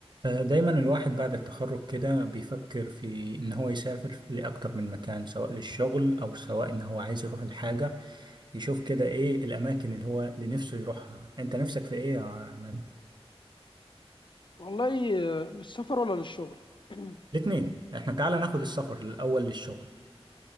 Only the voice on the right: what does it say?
آه، دايما الواحد بعد التخرج كده بيفكر في إن هو يسافر لأكتر من مكان سواء للشغل أو سواء إن هو عايز يروح الحاجة يشوف كده إيه الأماكن اللي هو اللي نفسه يروحها أنت نفسك في إيه يا عماد؟
الاتنين إحنا تعالى ناخد السفر الأول للشغل